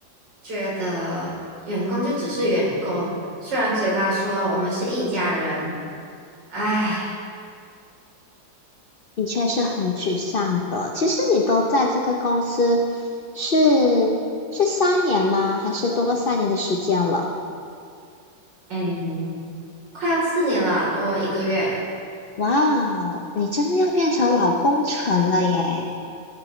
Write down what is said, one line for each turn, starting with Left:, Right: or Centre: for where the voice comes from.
Right: 觉得员工就只是员工，虽然嘴巴说我们是一家人，唉，
Left: 的确是很沮丧的。其实你都在这个公司是是三年吗？还是多过三年的时间了？
Right: 嗯，快要四年了，多一个月。
Left: 哇哦，你真的要变成老工程了耶！
Right: 嗯，